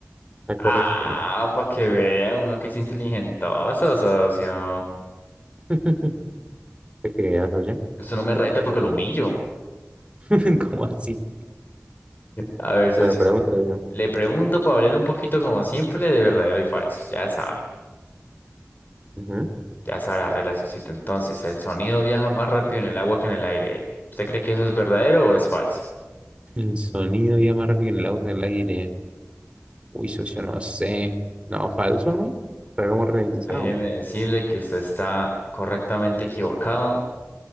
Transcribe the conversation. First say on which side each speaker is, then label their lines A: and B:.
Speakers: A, on the right (about 25°); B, on the left (about 40°).
A: está correcto.
B: Ah, para que vea uno que es inteligentoso, socio.
A: <laughs> ¿Te creas, socio?
B: Eso no me reta porque lo humillo.
A: <laughs> ¿Cómo así?
B: A ver, socio.
A: Bueno, pregunta yo.
B: Le pregunto para hablar un poquito como siempre de verdadero y falso. Ya sabe.
A: Ujú.
B: Ya sabe la regla, socito. Entonces, el sonido viaja más rápido en el agua que en el aire. ¿Usted cree que eso es verdadero o es falso?
A: El sonido viaja más rápido que en el auto en el aire. Uy, socio, no sé. No, falso, ¿no? Está como ralentizado.
B: Déjeme decirle que usted está correctamente equivocado